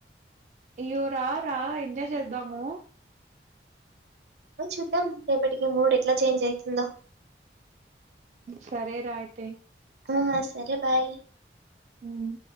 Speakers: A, on the right; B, on the right.
A: అయ్యో రా రా ఎంజాయ్ చేద్దాము
B: చూద్దాం రేపటికి మూడ్ ఎట్లా చేంజ్ అయితుందో
A: సరేరా అయితే
B: ఆ సరే బాయ్
A: హుమ్